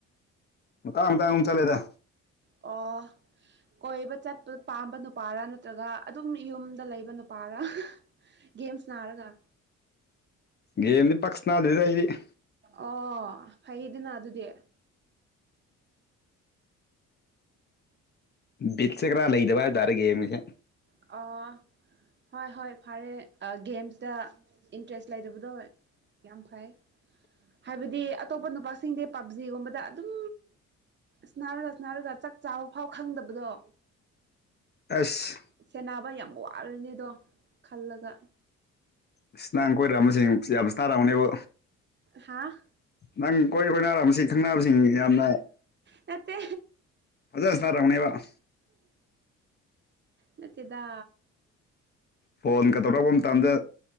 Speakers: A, on the left; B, on the right.
A: ꯃꯇꯥꯡ ꯃꯇꯥꯡꯒꯨꯝ ꯆꯠꯂꯦꯗ
B: ꯑꯣ ꯀꯣꯏꯕ ꯆꯠꯄ ꯄꯥꯝꯕ ꯅꯨꯄꯥꯔ ꯅꯠꯇ꯭ꯔꯒ ꯑꯗꯨꯝ ꯌꯨꯝꯗ ꯂꯩꯕ ꯅꯨꯄꯥꯔꯥ ꯒꯦꯝ ꯁꯥꯅꯔꯒ
A: ꯒꯦꯝꯗꯤ ꯄꯛ ꯁꯥꯟꯅꯗꯦꯗ ꯑꯩꯗꯤ
B: ꯑꯣ ꯐꯩꯗꯅ ꯑꯗꯨꯗꯤ
A: ꯕꯤꯠꯁꯦ ꯈꯔ ꯂꯩꯗꯕ ꯍꯥꯏꯕꯇꯥꯔꯦ ꯒꯦꯝꯒꯤꯁꯦ
B: ꯑ ꯍꯣꯏ ꯍꯣꯏ ꯐꯔꯦ ꯑ ꯒꯦꯝꯁꯇ ꯏꯟꯇ꯭ꯔꯦꯁ ꯂꯩꯇꯕꯗꯣ ꯌꯥꯝ ꯐꯩ ꯍꯥꯏꯕꯗꯤ ꯑꯇꯣꯞꯄ ꯅꯨꯄꯥꯁꯤꯡꯗꯤ ꯄꯞꯖꯤꯒꯨꯝꯕꯗ ꯑꯗꯨꯝ ꯁꯥꯟꯅꯔꯒ ꯁꯥꯟꯅꯔꯒ ꯆꯥꯛ ꯆꯥꯕꯐꯥꯎ ꯈꯪꯗꯕꯗꯣ
A: ꯑꯁ
B: ꯁꯦꯟꯅꯕ ꯌꯥꯝ ꯋꯥꯔꯅꯤꯗꯣ ꯈꯜꯂꯒ
A: ꯏꯁ ꯅꯪ ꯀꯣꯏꯔꯝꯕꯁꯤꯡ ꯌꯥꯝ ꯁ꯭ꯇꯥꯔꯝꯒꯅꯤꯕꯣ
B: ꯍꯥꯥ
A: ꯅꯪ ꯀꯣꯏ ꯀꯣꯏꯅꯔꯝꯁꯤꯡ ꯈꯪꯅꯕꯁꯤꯡ ꯌꯥꯝꯅ
B: ꯅꯠꯇꯦ
A: ꯐꯖꯅ ꯁꯥꯟꯅꯔꯝꯒꯅꯦꯕ
B: ꯅꯠꯇꯦꯗ
A: ꯐꯣꯟꯒ ꯇꯧꯔꯛꯄ ꯃꯇꯝꯗ